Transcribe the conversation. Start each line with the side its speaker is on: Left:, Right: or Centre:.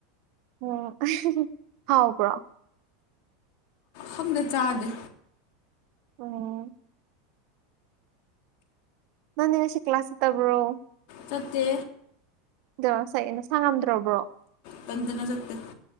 Right: ꯎꯝ ꯍꯥꯎꯕ꯭ꯔꯣ
Left: ꯈꯪꯗꯦ ꯆꯥꯗꯦ
Right: ꯑꯣ ꯅꯪꯗꯤ ꯉꯁꯤ ꯀ꯭ꯂꯥꯁ ꯆꯠꯇꯕ꯭ꯔꯣ
Left: ꯆꯠꯇꯦ
Right: ꯑꯗꯣ ꯉꯁꯥꯏꯒꯤ ꯅꯁꯥ ꯉꯝꯗ꯭ꯔꯕ꯭ꯔꯣ
Left: ꯇꯟꯗꯅ ꯆꯠꯇꯦ